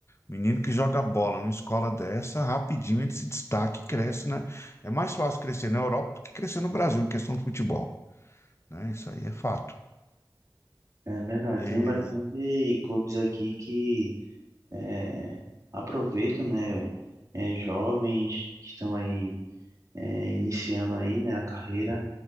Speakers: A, on the left; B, on the right.
A: Menino que joga bola numa escola dessa, rapidinho ele se destaca e cresce, né? É mais fácil crescer na Europa do que crescer no Brasil em questão de futebol, né? Isso aí é fato.
B: É verdade.
A: E,
B: Tem bastante clubes aqui que é, aproveitam, né? é, jovens que estão aí é, iniciando aí, né, a carreira.